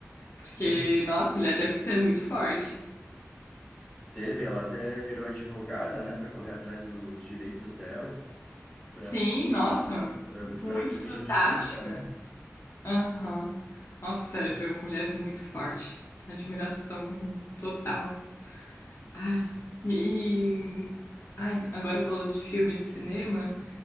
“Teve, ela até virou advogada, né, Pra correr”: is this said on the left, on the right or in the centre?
Left